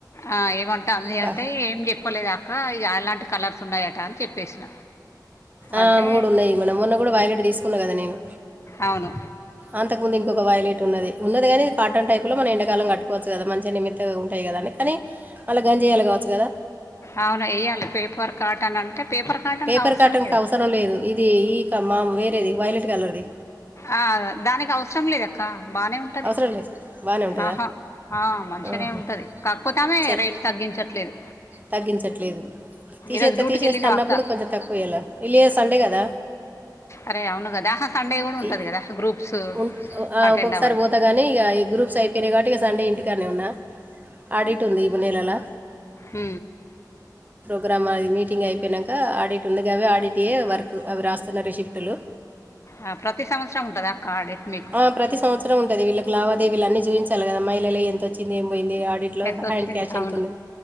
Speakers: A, on the left (about 40°); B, on the right (about 25°).
A: ఆ ఏమంటాంది
B: ప-
A: అంటే ఏం చెప్పలేదు అక్క ఇ అలాం కలర్స్ ఉన్నాయట అని చెప్పేసిన
B: ఆ
A: అంటే
B: మూడు ఉన్నాయి మొన్న కూడా వాయిలెట్ తీసుకున్నా కదా నేను
A: అవును
B: అంతకుముందు ఇం ఇంకొ వైలెట్ ఉది ఉన్నది గానీ కాటన్ టైప్ లో మనం ఎండకాలం కట్టుకోచ్చు కదా మంచి నిమిత్తంగా ఉంటాయి కదా అని కానీ మళ్ళ గంజి ఇయ్యాలే కావచ్చు కదా
A: అవును వెయ్యాలి పేపర్ కాటన్ అంటే పేపర్ కాటన్
B: పేపర్
A: క అవసరం
B: కాటన్కి
A: లేదు
B: అవసరం లేదు ఇది ఈ క మా వేరేది వైలెట్ కలర్ది
A: ఆ దానికి అవసరం లేదక్క బానే ఉంటది
B: అవసరం లేదు బాగానే ఉంటుందా
A: ఆహా ఆ మంచినే
B: ఆహా.
A: ఉంటది కాకపోతామే
B: సరే
A: రేట్ తగ్గించట్లేదు
B: తగ్గించట్లేదు తీసేస్త
A: ఈరోజు డ్యూటీకి
B: తీసేస్తే
A: వెళ్ళినావా
B: అన్నప్పుడు
A: అక్క
B: కొంచెం తక్కువేయాల విలేజ్ సండే కదా
A: అరే అవును కదా ఆహా! సండే కూడా ఉంటది
B: ఇ
A: కదా గ్రూప్స్
B: ఉం ఆ
A: అటెండ్
B: ఒక్కొక్కసారి
A: అవ్వడం
B: పోతాగనీ ఇగ ఈ గ్రూప్స అయిపోయినై కాబట్టి ఇగ సండే ఇంటికనన్నే ఉన్నా ఆడిట్ ఉంది ఈ నెలలా
A: హ్
B: గ్రాం అది మీటింగ్ అయిపోయినంక ఆడిట్ ఉంది గవ్వే ఆడిట్యే వర్క్ అవి రాస్తున్న రిసిప్టులు
A: ఆ ప్రతి సంవత్సరం ఉంటదా అక్క ఆడిట్ మీకు
B: ఆ ప్రతి సంవత్సరం ఉంటది వీళ్ళక్ లావా దేవీలన్నీ చూపించాలి కదా అమ్మాయిల ఎంత వచ్చింది ఏం పోయింది. ఆడిట్లో
A: ఎంత
B: హ్యాండ్
A: వచ్చింది
B: క్యాష్ ఎంతుంది
A: అవును